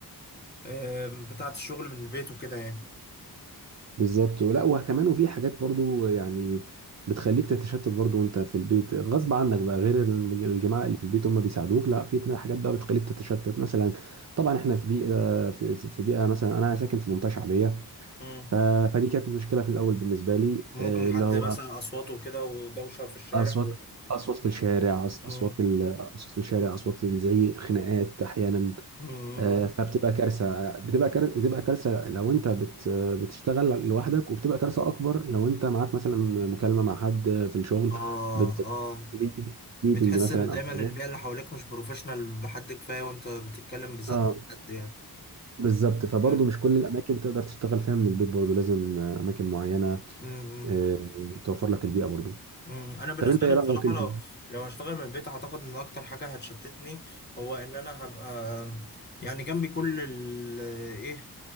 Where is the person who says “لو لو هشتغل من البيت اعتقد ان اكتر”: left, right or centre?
Left